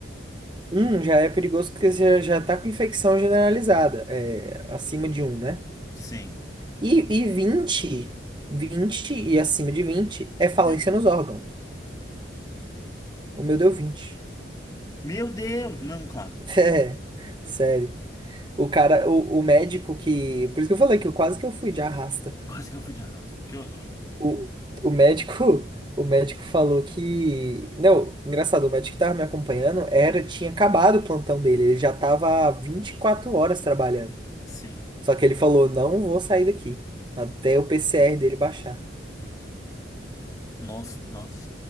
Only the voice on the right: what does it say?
Um já é perigoso porque você já já tá com infecção generalizada, é, acima de um, né?
E, e vinte vinte e acima de 20 é falência
nos órgãos. O meu deu vinte
<laughs> É, sério. O cara, o, o médico que. Por isso que eu falei que eu quase que eu fui de arrasta.
O, o médico, <laughs> o médico falou que, não, engraçado, o médico que tava me acompanhando era tinha acabado o plantão dele, ele já tava há 24 horas trabalhando.
Só que ele falou: "Não vou sair daqui até o PCR dele baixar".